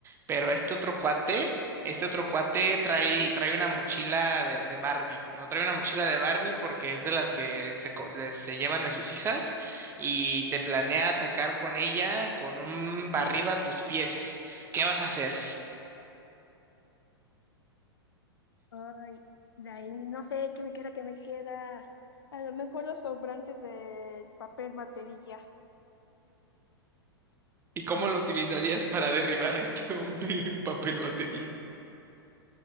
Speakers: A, on the right; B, on the left.
A: pero este otro cuate, este otro cuate trae, trae una mochila de, de Barbie, ¿no? Trae una mochila de Barbie porque es de las que se, co- les- se llevan de sus hijas y te planea atacar con ella con un barriba a tus pies. ¿Qué vas a hacer?
B: Ay, de ahí no sé qué me queda, qué me queda. A lo mejor los sobrantes del papel batería.
A: ¿Y cómo lo utilizarías para derribar a este hombre en un papel batería?